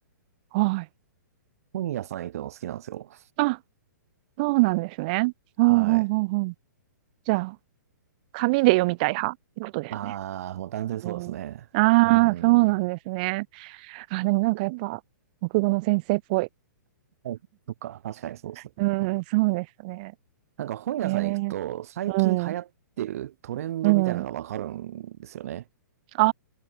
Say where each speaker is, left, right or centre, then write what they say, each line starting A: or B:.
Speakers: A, on the right (about 25°); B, on the right (about 50°).
A: はい。
B: 本屋さん行くの好きなんですよ。
A: あ、そうなんですね。
B: はい。
A: うんうんうんうん。じゃあ、紙で読みたい派ってことですね。
B: ああ、もう断然そうですね。
A: うん、ああ、
B: うん。
A: そうなんですね。あ、でもなんかやっぱ、国語の先生っぽい。
B: あそっか、確かにそうですね。
A: うん、
B: うん
A: そうですね。
B: なんか本屋さん行くと最近流行ってるトレンドみたいなのがわかるんですよね。
A: へえ。うん。うん。あ